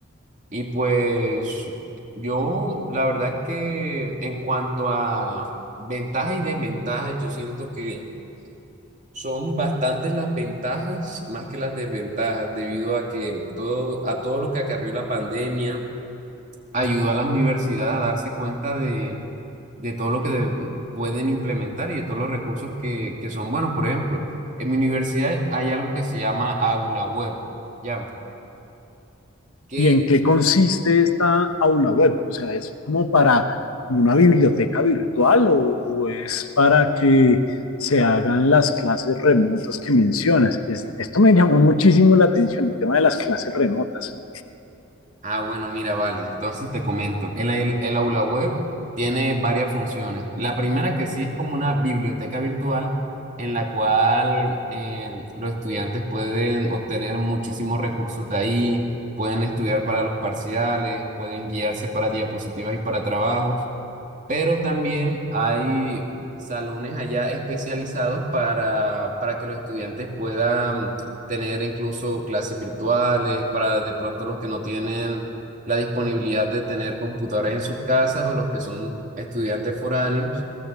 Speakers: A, on the right (about 35°); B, on the left (about 85°).
A: Y pues yo, la verdad es que en cuanto a ventajas y desventajas, yo siento que son bastantes las ventajas más que las desventajas, debido a que todo, a todo lo que acarrió la pandemia ayudó a las universidades a darse cuenta de de todo lo que de- pueden implementar y de todos los recursos que, que son buenos. Por ejemplo, en mi universidad hay algo que se llama aula web, ¿ya? Que,
B: y en qué consiste esta aula web. O sea, ¿es como para una biblioteca virtual o, o es para que se hagan las clases remotas que mencionas. Es, esto me llamó muchísimo la atención, el tema de las clases remotas.
A: ah, bueno, mira, vale, entonces te comento, el, el, el aula web tiene varias funciones. La primera que sí es como una biblioteca virtual en la cual eh, los estudiantes pueden obtener muchísimos recursos de ahí, pueden estudiar para los parciales, pueden guiarse para diapositivas y para trabajos. pero también hay salones allá especializados para, para que los estudiantes puedan tener incluso clases virtuales, para de pronto los que no tienen la disponibilidad de tener computadores en sus casas o los que son estudiantes foráneos,